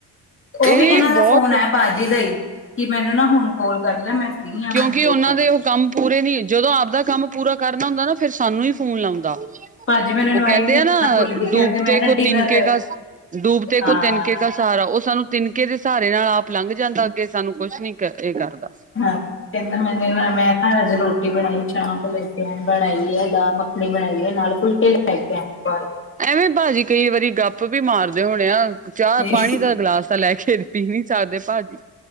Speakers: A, on the left; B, on the right.
A: ਓ
B: ਇਹ
A: ਵੀ ਏਨਾਂ ਦਾ
B: ਬਹੁਤ
A: ਫੋਨ ਆਏਆ ਭਾਜੀ ਦਾ ਈ। ਕੀ ਮੈਨੂੰ ਨਾ ਹੁਨ ਕੋਲ ਕਰ ਲੈ ਮੈਂ ਫਰੀ ਆਂ
B: ਕਿਉਂਕਿ
A: ਮੈਨੂੰ ਕੋਲ
B: ਉਹਨਾਂ
A: ਕਰ।
B: ਦੇ ਉਹ ਕੰਮ ਪੂਰੇ ਨੀ ਜਦੋਂ ਆਪਦਾ ਕੰਮ ਪੂਰਾ ਕਰਨਾ ਹੁੰਦਾ ਨਾ ਫੇਰ ਸਾਨੂੰ ਈ ਫੋਨ ਲੌਂਦਾ।
A: ਭਾਜੀ ਮੈਨੂੰ
B: ਓ
A: ਇਨਵਾਈਟ
B: ਕੈਂਦੇ
A: ਵੀ
B: ਆ
A: ਕਰਨਾ
B: ਨਾ
A: ਭੁੱਲ ਗਏ ਕਹਿੰਦੇ
B: ਡੂਬਤੇ
A: ਮੈਂ ਨਾ
B: ਕੋ
A: ਡਿਨਰ
B: ਤਿਨਕੇ ਕਾ ਡੂਬ
A: ਹਾਂ
B: ਕੋ ਤਿਨਕੇ ਕਾ ਸਹਾਰਾ ਓ ਸਾਨੂੰ ਤਿਨਕੇ ਦੇ ਸਹਾਰੇ ਨਾਲ ਆਪ ਲੰਘ ਜਾਂਦਾ ਅੱਗੇ ਸਾਨੂੰ ਕੁਛ ਨੀ ਏ ਕਰਦਾ।
A: ਹਾਂ ਕਹਿੰਦਾ ਮੈਨੇ ਨ ਮੈਂ ਅੱਜ ਰੋਟੀ ਬਣਾਈ ਚਾਂਪ ਲੈ ਕੇ ਆ ਬਣਾਈ ਆ ਦਾਲ ਮਖ ਮੱਖਨੀ ਬਣਾਈ ਏ ਨਾਲੇ ਫੁਲਕੇ ਲੈ ਕੇ ਆਏ ਬਾਹਰੋਂ।
B: ਐਵੇਂ ਭਾਜੀ ਕਈ ਵਾਰੀ ਗੱਪ ਵੀ ਮਾਰਦੇ ਹੋਣੇ ਆ। ਚਾਹ
A: ਤੇ
B: ਪਾਣੀ ਦਾ ਗਲਾਸ ਤਾਂ ਲੈ ਕੇ ਪੀ ਨੀ ਸਾਕਦੇ ਭਾਜੀ।